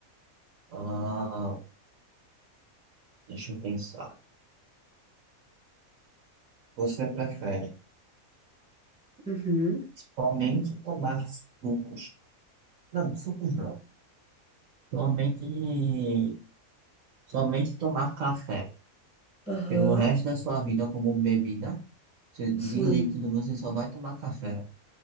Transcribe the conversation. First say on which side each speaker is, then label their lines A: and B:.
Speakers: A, on the right (about 70°); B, in the centre.
A: Ah, deixa eu pensar. Você prefere
B: Uhum.
A: somente tomar sucos? Não, sucos não. Somente, somente tomar café
B: Aham.
A: pelo resto da sua vida como bebida. Se- De
B: Sim.
A: líquido você só vai tomar café.